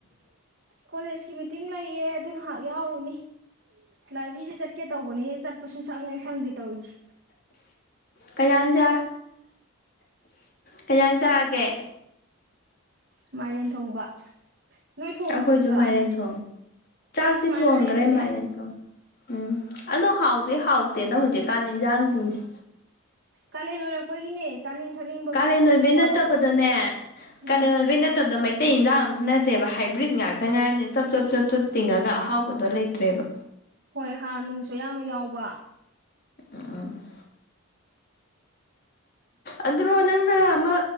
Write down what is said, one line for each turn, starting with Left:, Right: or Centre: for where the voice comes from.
Right: ꯀꯣꯂꯦꯖꯀꯤ ꯃꯤꯇꯤꯡ ꯂꯩꯌꯦ ꯑꯗꯨ ꯉꯥꯏꯍꯥꯛ ꯌꯥꯎꯔꯨꯅꯤ ꯂꯥꯏꯕ꯭ꯔꯦꯔꯤꯁ ꯆꯠꯀꯦ ꯇꯧꯕꯅꯤ ꯆꯠꯄꯁꯨ ꯁꯪꯉꯦ ꯁꯪꯗꯦ ꯇꯧꯔꯤꯁꯦ
Left: ꯀꯌꯥꯁ ꯀꯩꯖꯥꯡ ꯆꯥꯔꯒꯦ
Right: ꯃꯥꯏꯔꯦꯟ ꯊꯣꯡꯕ ꯅꯣꯏ ꯊꯣꯡꯗ꯭ꯔꯤꯕꯣ
Left: ꯑꯈꯣꯏꯁꯨ
Right: ꯆꯥꯛ
Left: ꯃꯥꯏꯔꯦꯟ ꯊꯣꯡꯉꯤ ꯆꯥꯛꯇꯤ
Right: ꯑꯩꯁ ꯃꯥꯟꯅꯔꯦ
Left: ꯊꯣꯡꯒ꯭ꯔꯦ
Right: ꯑꯗꯨꯗꯤ
Left: ꯃꯥꯏꯔꯦꯟ ꯊꯣꯡ ꯎꯝ ꯑꯗꯣ ꯍꯥꯎꯗꯤ ꯍꯥꯎꯇꯦꯗ ꯍꯧꯖꯤꯛꯀꯥꯟ ꯏꯟꯖꯥꯡꯁꯤꯡꯁꯦ
Right: ꯀꯂꯦꯟ ꯑꯣꯏꯔꯛꯄꯒꯤꯅꯦ ꯆꯥꯅꯤꯡ ꯊꯛꯅꯤꯡꯕ
Left: ꯀꯥꯂꯦꯟ
Right: ꯐꯥꯎꯕ
Left: ꯑꯣꯏꯕꯩ
Right: ꯈꯔ
Left: ꯅꯠꯇꯕꯗꯅꯦ
Right: ꯋꯥꯠꯂꯛꯄ ꯎꯝ
Left: ꯀꯥꯂꯦꯟ ꯑꯣꯏꯕꯩ ꯅꯠꯇꯕꯗ ꯃꯩ ꯇꯩ ꯏꯟꯖꯥꯡ ꯑꯝꯇ ꯅꯠꯇꯦꯕ ꯍꯥꯏꯕ꯭ꯔꯤꯠ ꯉꯥꯛꯇ ꯉꯥꯏꯔꯝꯅꯤꯅ ꯆꯞ ꯆꯞ ꯆꯞ ꯆꯞ ꯇꯤꯡꯉꯒ ꯑꯍꯥꯎꯕꯗꯣ ꯂꯩꯇ꯭ꯔꯦꯕ
Right: ꯍꯣꯏ ꯍꯥꯔ ꯅꯨꯡꯁꯨ ꯑꯌꯥꯝꯕ ꯌꯥꯎꯕ
Left: ꯑ <unintelligible> ꯑꯗꯨꯔꯣ ꯅꯪꯅ ꯑꯃ